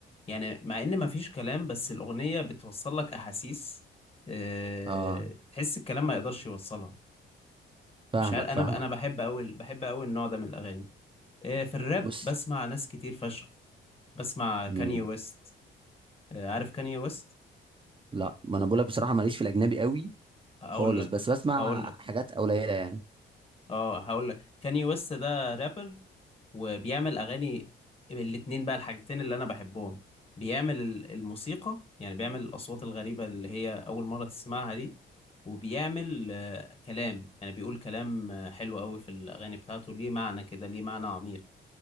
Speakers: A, on the left (about 30°); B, on the right (about 25°).
A: يعني مع ان ما فيش كلام بس الاغنيه بتوصل لك احاسيس آه،
B: اه
A: تحس الكلام ما يقدرش يوصلها
B: فاهمك
A: مش عارف انا
B: فاهمك
A: ب- انا بحب قوي بحب قوي النوع ده من الاغاني آه، في الراب
B: بص
A: بسمع ناس كتير فشخ بسمع
B: مين
A: كاني ويست آه، عارف كاني ويست
B: لا ما انا بقول لك بصراحه ماليش في الاجنبي قوي
A: هقول
B: خالص
A: لك
B: بس بسمع
A: هقول لك
B: حاجات قليله يعني
A: اه هقول لك كاني ويست ده رابر وبيعمل اغاني من الاتنين بقى الحاجتين اللي انا بحبهم بيعمل ال- الموسيقى يعني بيعمل الاصوات الغريبه اللي هي اول مره تسمعها دي وبيعمل آه، كلام يعني بيقول كلام آه، حلو قوي في الاغاني بتاعته ليه معنى كده ليه معنى عميق